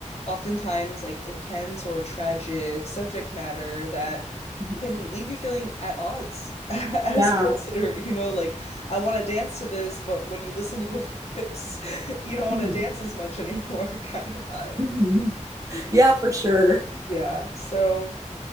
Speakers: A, on the left; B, on the right.
A: oftentimes like intense or tragic subject matter that
B: mhm.
A: can leave you feeling at odds <laughs> as
B: yeah.
A: a listener, you know, like I want to dance to this, but when you listen to the <laughs> lyrics, you don't want
B: Mhm.
A: to dance as much anymore <laughs> kind of vibe.
B: Mhm. <laughs> Yeah, for sure.
A: Yeah. So,